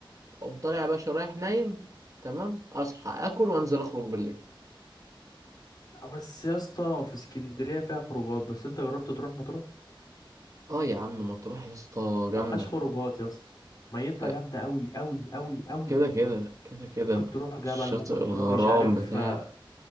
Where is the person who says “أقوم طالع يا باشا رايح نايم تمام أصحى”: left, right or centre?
Right